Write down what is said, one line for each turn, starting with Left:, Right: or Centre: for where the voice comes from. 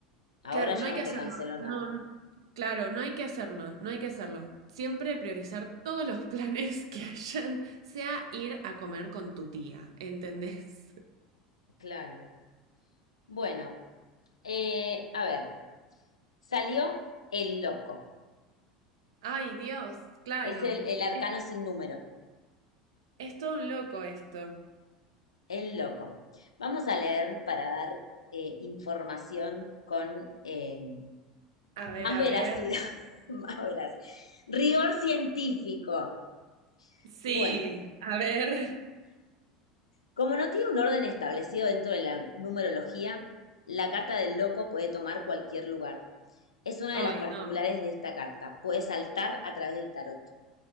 Left: Ahora
Right: Claro,
Left: ya
Right: no hay
Left: no
Right: que hacerlo,
Left: te cancelo
Right: no,
Left: nada.
Right: n- claro, no hay que hacerlo, no hay que hacerlo. Siempre priorizar todos los <laughs> planes que hayan, sea ir a comer con tu tía, ¿entendés?
Left: Claro. Bueno, eh, a ver, salió el loco.
Right: Ay, Dios, claro,
Left: Es el, el arcano
Right: es,
Left: sin número.
Right: es todo un loco esto.
Left: El loco. Vamos a leer para dar eh, información con eh,
Right: A ver,
Left: Más
Right: a
Left: veracidad,
Right: ver.
Left: <laughs> más veracidad. Rigor científico.
Right: Sí,
Left: Bueno,
Right: a ver.
Left: como no tiene un orden establecido dentro de la numerología, la carta del loco puede tomar cualquier lugar. Es una
Right: Ay,
Left: de las particulares
Right: no.
Left: de esta carta. Puede saltar a través del tarot.